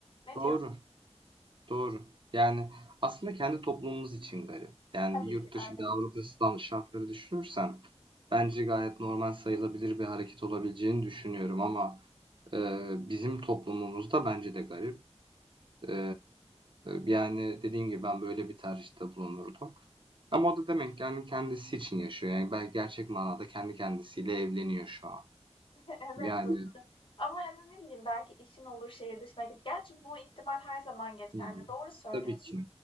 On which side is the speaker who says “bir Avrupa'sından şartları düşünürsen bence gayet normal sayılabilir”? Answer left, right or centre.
Right